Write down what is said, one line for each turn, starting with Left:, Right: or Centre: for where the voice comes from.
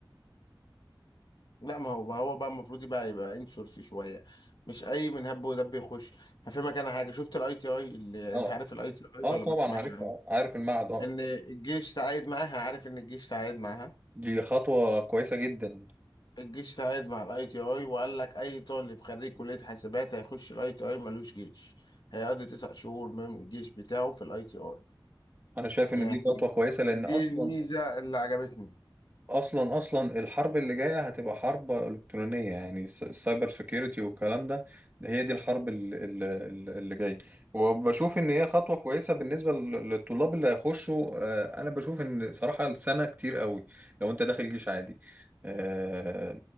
Left: لا ما هو ما هو بقى المفروض يبقى يبقى انسورس شويه مش اي من هب ودب يخش هفهمك انا حاجه شفت الاي تي اي اللي
Right: اه
Left: انت عارف الاي تي اي
Right: اه
Left: ولا
Right: طبعا
Left: ما تسمعش
Right: عارفها
Left: عنه
Right: آه، عارف المعهد اه
Left: ان الجيش تعاقد معاها عارف ان الجيش تعاقد معاها
Right: دي خطوة كويسة جدا
Left: الجيش تعاقد مع الاي تي اي وقال لك اي طالب خريج كلية حاسبات هيخش الاي تي اي ملوش جيش هيقضي تسع شهور من الجيش بتاعه في الاي تي اي
Right: انا شايف
Left: يعني
Right: ان دي خطوه كويسه لان
Left: دي
Right: اصلا
Left: الميزة اللي عجبتني
Right: اصلا اصلا الحرب اللي جايه هتبقى حرب الكترونيه يعني الس- السايبر سيكيورتي والكلام ده ده هي دي الحرب ال- ال- ال- اللي جايه وبشوف ان هي خطوه كويسه بالنسبه لل- للطلاب اللي هيخشوا آه، انا بشوف ان صراحه السنه كتير قوي لو انت داخل جيش عادي آه،